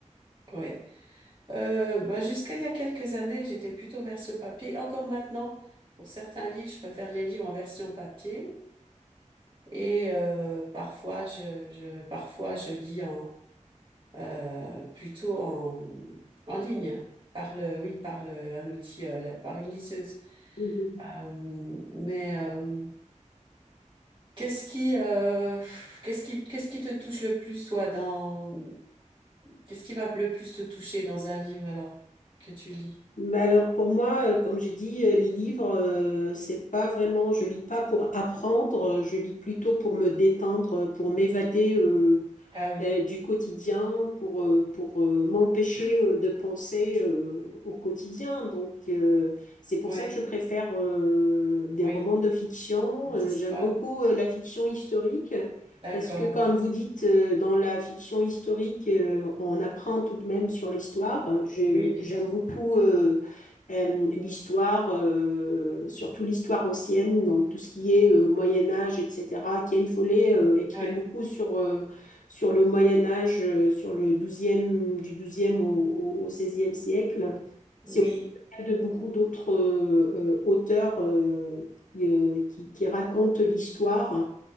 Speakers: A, on the right (about 40°); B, on the left (about 80°).
A: Ouais. Euh, bah, jusqu'à il y a quelques années, j'étais plutôt version papier. Encore maintenant, pour certains livres, je préfère les livres en version papier. Et euh, parfois, je, je, parfois, je lis en, euh, plutôt en, en ligne, par le, oui, par le, un outil, euh, la- par une liseuse.
B: Mhm.
A: Euh, mais euh, qu'est-ce qui, euh, qu'est-ce qui, qu'est-ce qui te touche le plus, toi, dans Qu'est-ce qui va le plus te toucher dans un livre alors que tu lis?
B: Mais alors pour moi, euh, comme j'ai dit, euh, les livres, euh, c'est pas vraiment, je lis pas pour apprendre, euh, je lis plutôt pour me détendre, pour m'évader euh,
A: Ah oui,
B: euh, du quotidien pour, euh, pour euh, m'empêcher euh, de penser euh, au quotidien. Donc, euh, c'est pour
A: oui,
B: ça que je préfère euh, des
A: oui,
B: romans de fiction.
A: les
B: Euh,
A: histoires.
B: j'aime beaucoup euh, la fiction historique
A: D'accord.
B: parce que, comme
A: ouais.
B: vous dites, euh, dans la fiction historique, euh, on apprend tout de même sur l'histoire. Je-
A: Oui, bien
B: J'aime
A: sûr.
B: beaucoup euh, euh, l'histoire, euh, surtout l'histoire ancienne, donc tout ce qui est euh, Moyen Âge, etc. Ken Follet euh, écrit
A: ouais,
B: beaucoup sur, euh, sur le Moyen Âge, euh, sur le 12 du 12 au, au- au 16 siècle. C'est
A: oui,
B: au cas de beaucoup d'autres euh, euh, auteurs euh, qui, euh, qui- qui racontent l'histoire